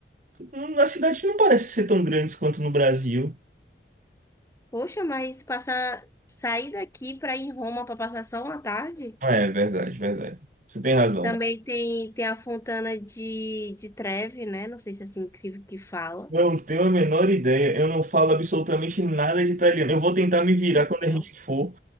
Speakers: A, on the right; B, on the left.
A: Hum, A cidade não parece ser tão grande quanto no Brasil.
B: Poxa, mas passar, sair daqui para ir em Roma para passar só uma tarde?
A: Ah, É verdade, verdade. Você tem razão.
B: Também tem, tem a Fontana de, de Trevi, né? Não sei se é assim que, que fala.
A: Não tenho a menor ideia. Eu não falo absolutamente nada de italiano. Eu vou tentar me virar
B: Sei
A: quando a
B: Não.
A: gente for.